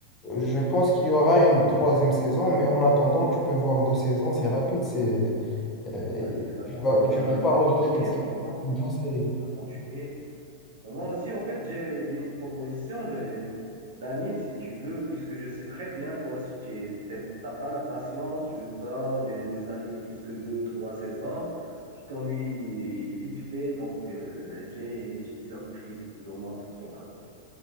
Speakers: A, on the left; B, on the right.
A: Je pense qu'il y aura une troisième saison, mais en attendant, tu peux voir deux saisons, c'est rapide, c'est euh,
B: Ouais, je vais la, con-
A: tu vas
B: je vais
A: tu
B: la,
A: vas
B: la
A: pas
B: continuer,
A: regretter. C'est
B: crois-moi.
A: une bonne série.
B: Je vais la continuer. Mais moi aussi, en fait, j'ai, j'ai une proposition j'ai, d'anime, si tu veux, puisque je sais très bien, toi aussi, tu n'as pas la patience, tu veux pas des, des animes plus que deux, trois saisons. Tu t'ennuies vite fait, donc euh, j'ai une petite surprise, plus ou moins, pour toi.